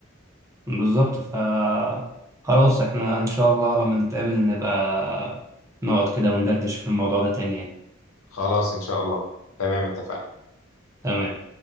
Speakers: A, on the right; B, on the left.
A: بالظبط ف خلاص احنا ان شاء الله لما نتقابل نبقى نقعد كده وندردش في الموضوع ده تاني يعني
B: خلاص ان شاء الله تمام اتفقنا
A: تمام